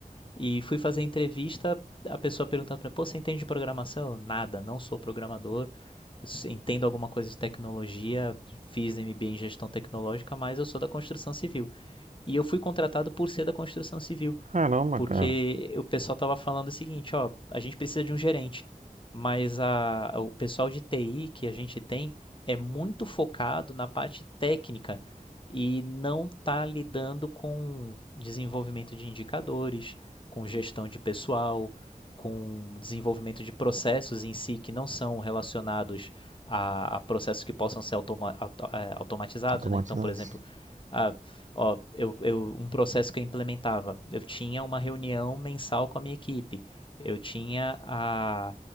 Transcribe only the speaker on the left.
E fui fazer a entrevista, a pessoa perguntando para mim, pô, você entende de programação? Eu, Nada, não sou programador, entendo alguma coisa de tecnologia, fiz MBA em gestão tecnológica, mas eu sou da construção civil. E eu fui contratado por ser da construção civil
porque
o pessoal estava falando o seguinte, ó, a gente precisa de um gerente, mas a, o pessoal de TI que a gente tem é muito focado na parte técnica e não está lidando com desenvolvimento de indicadores, com gestão de pessoal, com desenvolvimento de processos em si que não são relacionados a, a processos que possam ser automa, auto, é, automatizados,
né? Então, por exemplo, a, Ó, eu, eu, um processo que eu implementava. Eu tinha uma reunião mensal com a minha equipe. Eu tinha a